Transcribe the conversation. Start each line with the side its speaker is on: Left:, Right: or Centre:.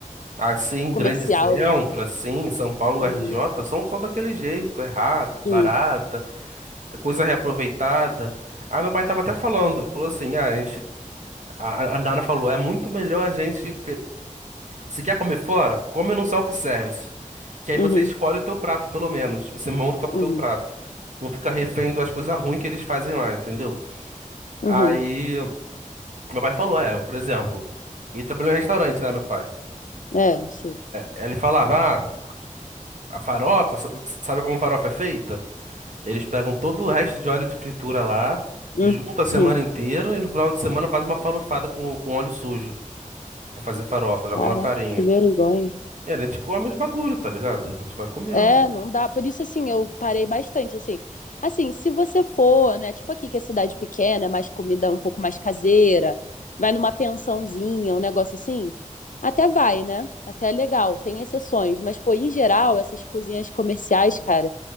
Right: assim, em
Left: comercial,
Right: grande centro,
Left: né?
Right: assim, em São Paulo,
Left: Uhum,
Right: RJ, são, são daquele jeito. É rato, barata,
Left: sim.
Right: é coisa reaproveitada. Ah, meu pai tava até falando, falou assim, ah, a gente, a, a Nana falou, é muito melhor a gente, se quer comer fora, come num self-service. Que aí
Left: Uhum,
Right: você escolhe o teu prato, pelo menos. Você monta o teu
Left: uhum,
Right: prato. Não fica refém das coisas ruins que eles fazem lá, entendeu?
Left: uhum.
Right: Aí Meu pai falou, é, por exemplo. E trabalhou em restaurante, né, meu pai?
Left: É, eu sei.
Right: Ele falava, ah, a farofa, s- s- sabe como farofa é feita? Eles pegam todo o resto de óleo de fritura lá,
Left: Uhum.
Right: junta a semana inteira e no final de semana faz uma farofada com, com óleo sujo pra fazer farofa, joga
Left: Caraca,
Right: na farinha.
Left: que vergonha.
Right: E a gente come os bagulho, tá ligado? A gente vai comendo.
Left: É, não dá. Por isso, assim, eu parei bastante, assim. Assim, se você for, né, tipo aqui que é cidade pequena, é mais comida um pouco mais caseira, vai numa pensãozinha, um negócio assim, até vai, né? Até é legal, tem exceções. Mas, pô, em geral, essas cozinhas comerciais, cara,